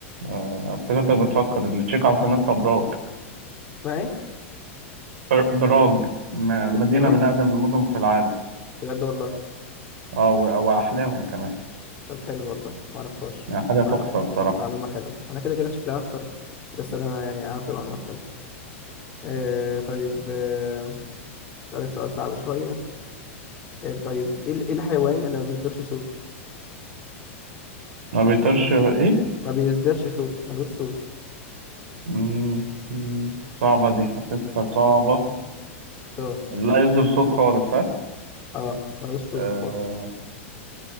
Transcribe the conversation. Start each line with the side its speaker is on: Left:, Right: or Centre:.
Right: آه، افتكرتك بتفكر التشيك عاصمتها براغ
Left: ما ايه
Right: بر- براغ م-
Left: ب-
Right: مدينة
Left: براد
Right: من أقدم المدن في العالم
Left: بجد والله
Right: أه و- وأحلاهم كمان
Left: طب حلو والله ما اعرفهاش
Right: يعني حاجة تحفة
Left: معلو-
Right: بصراحة
Left: معلومة حلوة انا كده كده شكلها هخسر بس انا يعني عرفت معلومات حلوة آه، طيب آه، اسألك سؤال صعب شوية آه، طيب ايه ال- إيه الحيوان اللي ما بيصدرش صوت
Right: ما بيطيرش إيه
Left: ما بيصدرش صوت ملوش صوت
Right: مم، مم، صعبة دي حسيتها صعبة
Left: اختار
Right: لا يصدر صوت خالص ها
Left: اه ملوش صوت
Right: أه
Left: خالص